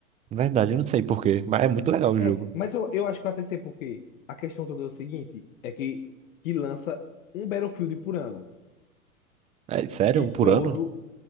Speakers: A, on the right; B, on the left.
A: Verdade, eu não sei por quê, mas é muito legal o
B: É,
A: jogo.
B: mas eu, eu acho que vai até ser porque a questão toda é o seguinte: é que, que lança um Battlefield por ano.
A: É sério?
B: E
A: Um
B: todo
A: por ano?